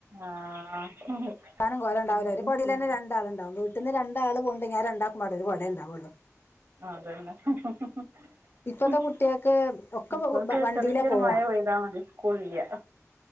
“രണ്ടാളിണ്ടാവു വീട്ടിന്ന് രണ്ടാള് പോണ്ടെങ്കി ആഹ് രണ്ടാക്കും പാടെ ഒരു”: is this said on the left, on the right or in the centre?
Left